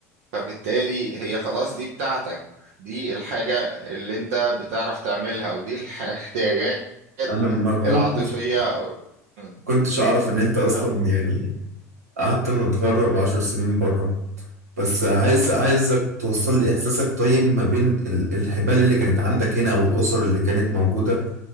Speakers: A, on the right; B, on the right.
A: فبالتالي هي خلاص دي بتاعتك دي الحاجة اللي انت بتعرف تعملها ودي الح- الاحتياجات
B: انا ما كنتش
A: العاطفية مم.
B: كنتش اعرف ان انت اصلا
A: اه
B: يعني قعدت متغرب عشر سنين بره بس عايز عايزك توصل لي إحساسك طيب ما بين ال- الحبال اللي كانت عندك هنا والأسر اللي كانت موجودة